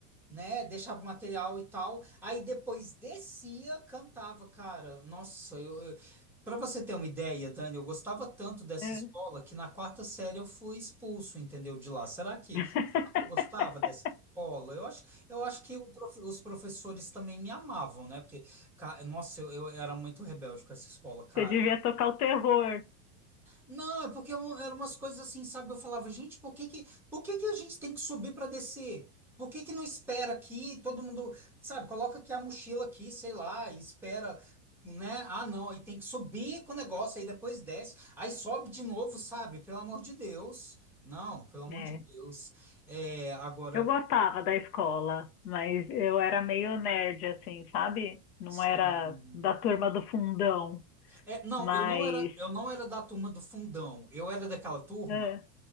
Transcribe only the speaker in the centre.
né? Deixava o material e tal. Aí depois descia, cantava, cara. Nossa, eu, eu... para você ter uma ideia, Dani, eu gostava tanto dessa
escola que na quarta série eu fui expulso, entendeu? De lá. Será que
eu gostava dessa escola? Eu acho, eu acho que o prof- os professores também me amavam, né? Porque, ca- nossa, eu, eu era muito rebelde com essa escola, cara.
Não, é porque eu- eram umas coisas assim, sabe? Eu falava, gente, por que que, por que que a gente tem que subir para descer? Por que que não espera aqui? Todo mundo, sabe, coloca aqui a mochila aqui, sei lá, e espera, né? Ah, não, aí tem que subir com o negócio, aí depois desce, aí sobe de novo, sabe? Pelo amor de Deus. Não, pelo amor
de Deus. É, agora,
sim.
É, não,
eu não era, eu não era da turma do fundão. Eu era daquela turma.